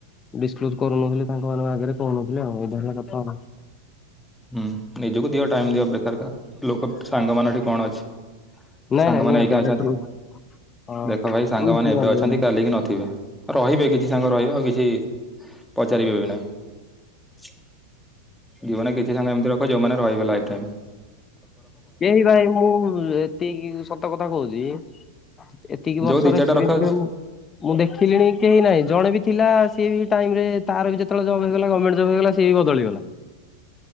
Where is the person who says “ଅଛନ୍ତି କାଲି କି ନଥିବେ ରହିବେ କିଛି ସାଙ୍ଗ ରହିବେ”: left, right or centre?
Centre